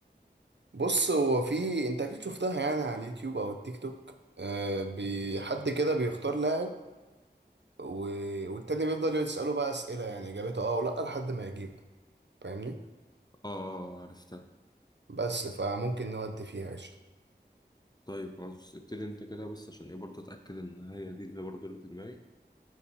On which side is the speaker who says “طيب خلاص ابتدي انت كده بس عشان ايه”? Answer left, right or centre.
Left